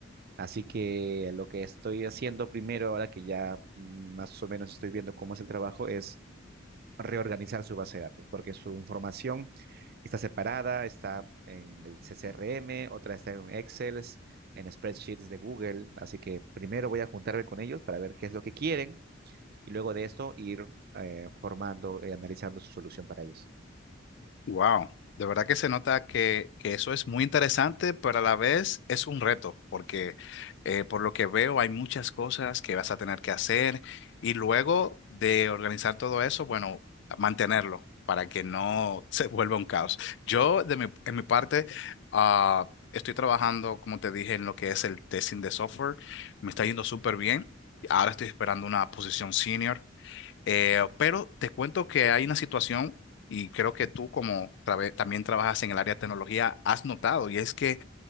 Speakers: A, on the right (about 50°); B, on the left (about 65°).
A: Así que lo que estoy haciendo primero, ahora que ya mm, más o menos estoy viendo cómo es el trabajo, es reorganizar su base de datos, porque su información está separada, está en el CRM, otra está en Excel, en spreadsheets de Google. Así que primero voy a juntarme con ellos para ver qué es lo que quieren y luego de esto ir eh, formando y analizando su solución para ellos.
B: Wow, de verdad que se nota que, que eso es muy interesante, pero a la vez es un reto, porque eh, por lo que veo hay muchas cosas que vas a tener que hacer y luego de organizar todo eso, bueno, mantenerlo para que no <laughs> se vuelva un caos. Yo, de mi, en mi parte, ah, estoy trabajando, como te dije, en lo que es el testing de software, me está yendo súper bien. Ahora estoy esperando una posición senior. Eh, pero te cuento que hay una situación y creo que tú como trabe- también trabajas en el área de tecnología has notado y es que